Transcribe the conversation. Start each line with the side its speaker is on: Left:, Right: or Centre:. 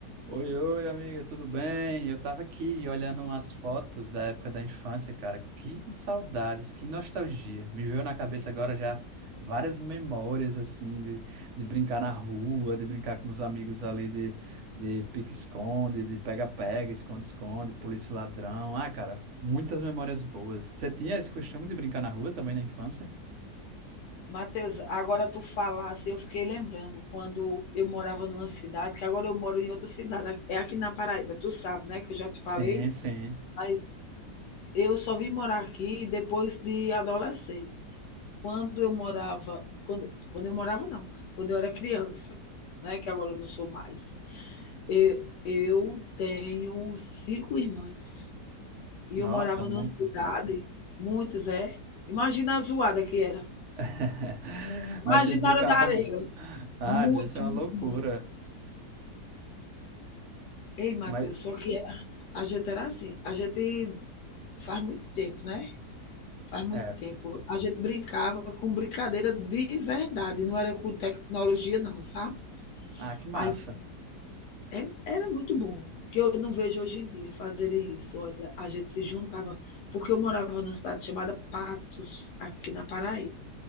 Right: Oi, oi, amiga, tudo bem? Eu tava aqui olhando umas fotos da época da infância, cara. Que saudades, que nostalgia. Me veio na cabeça agora já várias memórias, assim, de, de brincar na rua, de brincar com os amigos ali, de, de pique-esconde, de pega-pega, esconde-esconde, polícia e ladrão. Ah, cara, muitas memórias boas. Você tinha esse costume de brincar na rua também na infância?
Left: Matheus, agora tu falasse, eu fiquei lembrando quando eu morava numa cidade, que agora eu moro em outra cidade, é aqui na Paraíba, tu sabe, né, que eu já te
Right: Sim,
Left: falei,
Right: sim.
Left: mas eu só vim morar aqui depois de adolescente. Quando eu morava, quando, quando eu morava não, quando eu era criança, né, que agora eu não sou mais. Eu, eu tenho cinco irmãs e
Right: Nossa,
Left: eu morava
Right: muitas.
Left: numa cidade, muitas é. Imagina a zoada que era.
Right: <laughs>
Left: Imagina
Right: Mas vocês brincavam.
Left: a hora da areia,
Right: Ah,
Left: muito,
Right: deve ser uma
Left: muito,
Right: loucura.
Left: muito. Ei, Matheus,
Right: Mas,
Left: só que a, a gente era assim, a gente faz muito tempo, né? Faz muito
Right: é.
Left: tempo. A gente brincava com brincadeira de verdade, não era com tecnologia, não, sabe?
Right: Ah, que massa.
Left: Aí é- era muito bom, que eu não vejo hoje em dia fazerem isso. Olha, a gente se juntava, porque eu morava numa cidade chamada Patos, aqui na Paraíba.